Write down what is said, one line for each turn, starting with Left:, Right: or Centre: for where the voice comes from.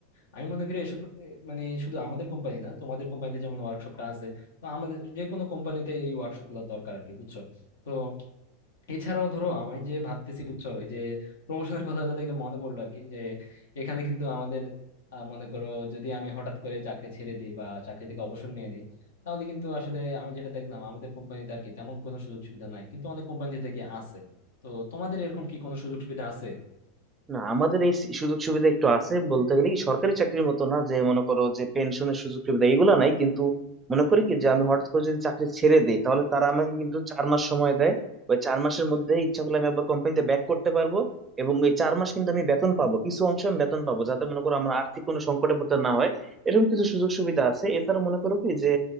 Left: আমি মনে করি এসব এ, মানে শুধু আমাদের কোম্পানি না তোমাদের কোম্পানিতে যেমন ওয়ার্কশপটা আছে তো আমাদের যে কোনো কোম্পানিতে এই ওয়ার্কশপ গুলো দরকার আর কি বুঝছো তো এছাড়াও ধরো আমি যে ভাবতেছি বুঝছো এই যে প্রমোশনের কথাটা থেকে মনে পড়লো আর কি যে এখানে কিন্তু আমাদের আহ, মনে করো যদি আমি হঠাৎ করে চাকরি ছেড়ে দিই বা চাকরি থেকে অবসর নিয়ে নিই তাহলে কিন্তু আসলে আমি যেটা দেখলাম আমাদের কোম্পানিতে আর কি তেমন কোনো সুযোগ সুবিধা নাই কিন্তু অনেক কোম্পানিতে দেখি আছে তো তোমাদের এরকম কি কোনো সুযোগ সুবিধা আছে
Right: না আমাদের এই সুযোগ সুবিধা একটু আছে বলতে গেলে কি সরকারি চাকরির মতো না যে মনে করো যে পেনশনের সুযোগ সুবিধা এগুলো নাই কিন্তু মনে করি কি যে আমি হঠাৎ করে যদি চাকরি ছেড়ে দেই তাহলে তারা আমাকে কিন্তু চার মাস সময় দেয় ওই চার মাসের মধ্যে ইচ্ছা করলে আমি আবার কোম্পানিতে ব্যাক করতে পারবো এবং ওই চার মাস কিন্তু আমি বেতন পাবো কিছু অংশ আমি বেতন পাবো যাতে মনে করো আমার আর্থিক কোনো সংকটে পড়তে না হয় এরকম কিছু সুযোগ সুবিধা আছে এছাড়া মনে করো কি যে